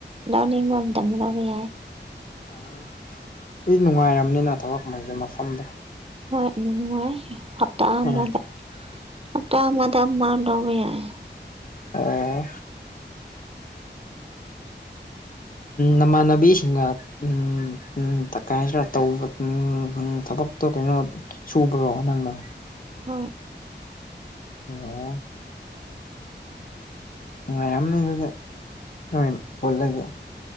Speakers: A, on the right; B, on the left.
A: ꯂꯧꯅꯤꯡꯕ ꯑꯃꯗ ꯂꯕ ꯌꯥꯏ
B: ꯎꯝ ꯑꯩ ꯅꯨꯡꯉꯥꯏꯔꯝꯅꯤꯅ ꯊꯕꯛ ꯑꯃꯒꯤꯩꯒꯤ ꯃꯐꯝꯗ
A: ꯍꯣꯏ ꯅꯅꯨꯡꯥꯏ ꯍꯞꯇꯥ ꯑꯃꯗ
B: ꯑꯥ
A: ꯍꯞꯇꯥ ꯑꯃꯗ ꯃꯥꯗꯧꯕ ꯌꯥꯏ
B: ꯑꯣ ꯅꯃꯥꯟꯅꯕꯤꯁꯤꯡꯒ ꯎꯝ ꯎ ꯇꯀꯥꯏꯗ ꯇꯧꯕ ꯎ ꯊꯕꯛꯇꯣ ꯀꯩꯅꯣ ꯁꯕ꯭ꯔꯣ ꯅꯪꯅꯣ
A: ꯍꯣꯏ
B: ꯑꯣ ꯅꯨꯡꯉꯥꯏꯔꯝꯅꯦ ꯑꯗꯨꯗꯤ ꯗꯣꯏ ꯄꯣꯜꯂꯗꯤ